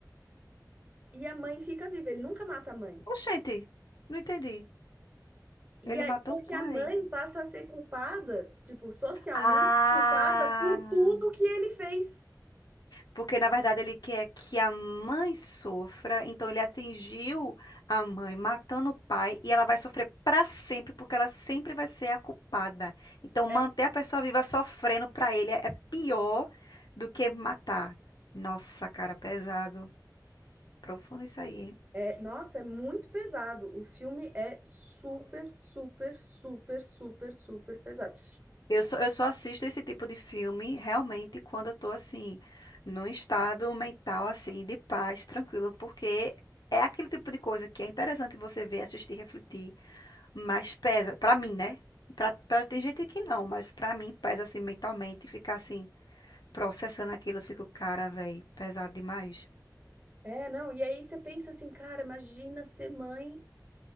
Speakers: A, on the right (about 25°); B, on the left (about 70°).
A: e a mãe fica viva. Ele nunca mata a mãe.
B: Oxente, não entendi.
A: E
B: Ele
A: aí,
B: matou
A: só
B: o pai.
A: que a mãe passa a ser culpada, tipo, socialmente
B: Ah!
A: culpada por tudo que ele fez.
B: Porque, na verdade, ele quer que a mãe sofra, então ele atingiu a mãe matando o pai e ela vai sofrer para sempre, porque ela sempre vai ser a culpada. Então, manter
A: É,
B: a pessoa viva sofrendo para ele é pior do que matar. Nossa, cara, pesado. Profundo isso aí, hein?
A: é, nossa, é muito pesado. O filme é super, super, super, super, super pesado.
B: Eu só, eu só assisto esse tipo de filme realmente quando eu tô assim, num estado mental assim, de paz, tranquilo, porque é aquele tipo de coisa que é interessante você ver, assistir, refletir. Mas pesa, pra mim, né? Pra, pra- tem gente que não, mas pra mim pesa assim mentalmente, ficar assim, processando aquilo, eu fico, cara, velho, pesado demais.
A: É, não, e aí você pensa assim, cara, imagina ser mãe